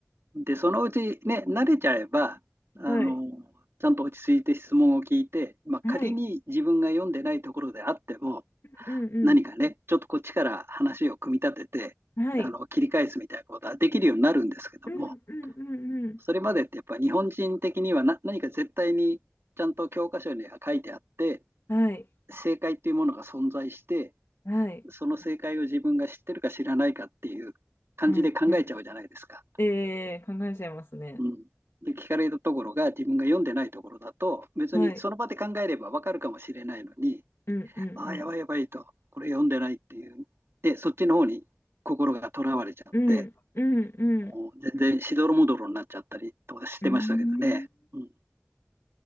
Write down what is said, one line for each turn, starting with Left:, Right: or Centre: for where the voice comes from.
Right: ん、で、そのうちね、慣れちゃえば、あの、
Left: はい、
Right: ちゃんと落ち着いて質問を聞いて、まあ、仮に自分が読んでないところであっても、
Left: はい、うん、
Right: 何かね、ちょっとこっちから話を組み立てて、
Left: うん、はい、
Right: あの、切り返すみたいなことはできるようになるんですけども、
Left: うん、うん、うん、うん。
Right: それまでってやっぱ日本人的にはな何か絶対にちゃんと教科書には書いてあって、
Left: はい、
Right: 正解っていうものが存在して、
Left: はい、
Right: その正解を自分が知ってるか知らないかっていう感じで考えちゃうじゃないですか。
Left: うん、うん。ええ、考えちゃいますね。
Right: うん、で、聞かれたところが自分が読んでないところだと、別にその場で考えればわかるかもしれないのに、
Left: はい、うん、うん、うん。
Right: ああ、やばいやばいと、これ読んでないっていう。で、そっちの方に心がとらわれちゃって、
Left: うんうんうん
Right: もう全然しどろもどろになっちゃったりとかしてましたけどね。
Left: うーん
Right: うん、